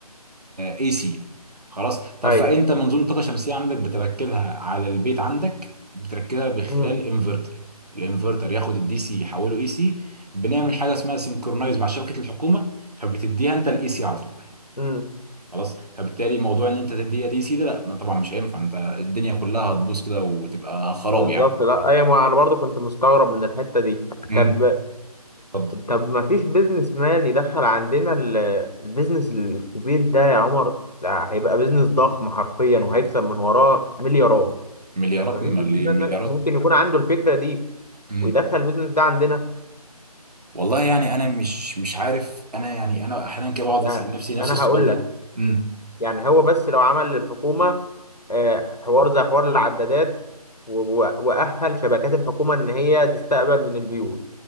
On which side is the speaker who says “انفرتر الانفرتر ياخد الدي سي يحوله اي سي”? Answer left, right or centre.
Right